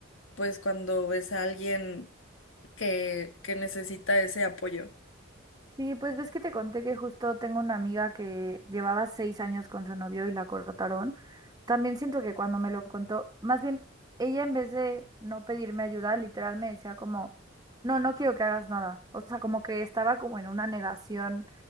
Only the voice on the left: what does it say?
pues cuando ves a alguien que que necesita ese apoyo.